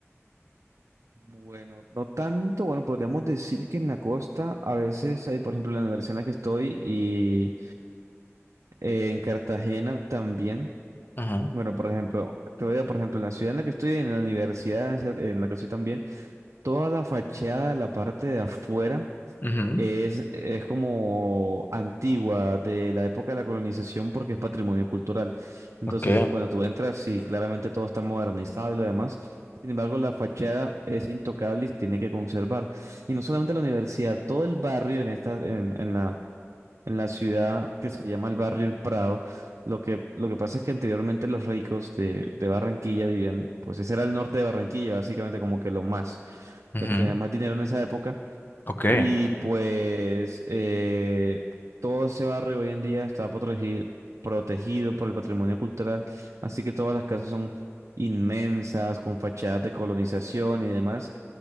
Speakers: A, on the right; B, on the left.
A: Bueno, no tanto, bueno, podríamos decir que en la costa a veces hay, por ejemplo, la universidad en la que estoy y eh, en Cartagena también
B: Ajá,
A: Bueno, por ejemplo, te voy a, por ejemplo, en la ciudad en la que estoy, en la universidad en la en la que estoy también, toda la fachada, la parte de afuera,
B: ujú,
A: es, es como antigua, de la época de la colonización, porque es patrimonio cultural. Entonces,
B: ok,
A: bueno, tú entras y claramente todo está modernizado y lo demás. Sin embargo, la fachada es intocable y se tiene que conservar. Y no solamente la universidad, todo el barrio en esta, en, en la en la ciudad que se llama el barrio El Prado. Lo que, lo que pasa es que anteriormente los ricos de, de Barranquilla vivían, pues ese era el norte de Barranquilla, básicamente como que lo más,
B: ujú,
A: lo que tenía más dinero en esa época.
B: ok,
A: Y pues eh, todo ese barrio hoy en día está protegido, protegido por el patrimonio cultural, así que todas las casas son inmensas, con fachadas de colonización y demás.